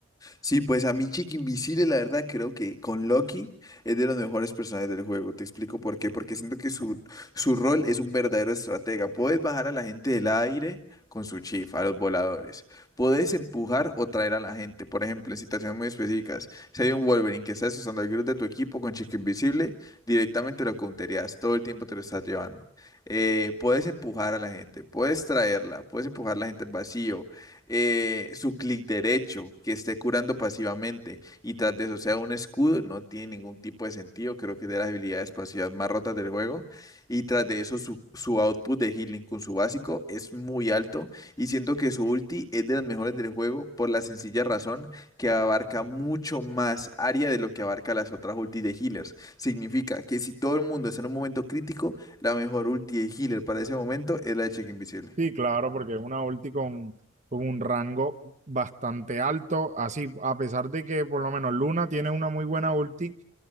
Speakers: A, on the left; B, on the right.
A: Sí, pues a mí Chick Invisible, la verdad, creo que con Loki es de los mejores personajes del juego. Te explico por qué. Porque siento que su, su rol es un verdadero estratega. Puedes bajar a la gente del aire con su chifa, a los voladores. Puedes empujar o traer a la gente. Por ejemplo, en situaciones muy específicas, si hay un Wolverine que está usando el grupo de tu equipo con Chick Invisible, directamente lo counterías. Todo el tiempo te lo estás llevando. Eh, puedes empujar a la gente, puedes traerla, puedes empujar a la gente al vacío eh, su clic derecho, que esté curando pasivamente y tras de eso sea un escudo, no tiene ningún tipo de sentido. Creo que es de las habilidades pasivas más rotas del juego. Y tras de eso, su, su output de healing con su básico es muy alto. Y siento que su ulti es de las mejores del juego por la sencilla razón que abarca mucho más área de lo que abarca las otras ultis de healers. Significa que si todo el mundo está en un momento crítico, la mejor ulti de healer para ese momento es la de Chica Invisible.
B: Sí, claro, porque es una ulti con, con un rango bastante alto. Así, a pesar de que por lo menos Luna tiene una muy buena ulti,